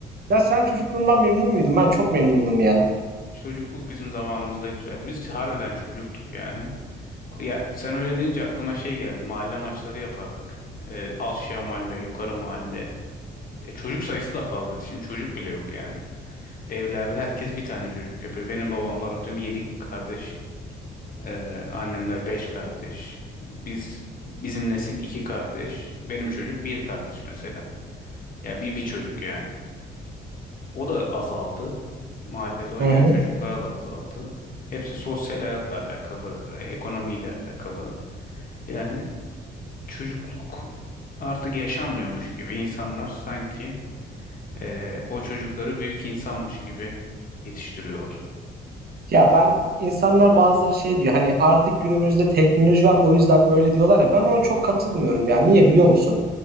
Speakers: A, on the right (about 50°); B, on the left (about 45°).
A: ya sen çocukluğundan memnun muydun? Ben çok memnundum ya.
B: Çocukluk bizim zamanımızda güzeldi. Biz harbiden çocuktuk yani. Ya sen öyle deyince aklıma şey geldi. Mahalle maçları yapardık. Ee, aşağı mahalle, yukarı mahalle. E, çocuk sayısı da fazlaydı. Şimdi çocuk bile yok yani. Evlerde herkes bir tane çocuk yapıyor. Benim babamlar atıyorum 7 kardeş. Ee, annemler beş kardeş. Biz bizim nesil iki kardeş. Benim çocuk bir kardeş mesela. Ya bir, bir çocuk yani. O da azaldı. Mahallede oynayan
A: Hı hı.
B: çocuklar da azaldı. Hepsi sosyal hayatla alakalı, ekonomiyle alakalı. Yani çocukluk artık yaşanmıyormuş gibi. İnsanlar sanki eee, o çocukları büyük insanmış gibi yetiştiriyorlar.
A: Ya ben insanlar bazıları şey diyor hani artık günümüzde teknoloji var o yüzden böyle diyorlar ya ben ona çok katılmıyorum ya. Niye biliyor musun?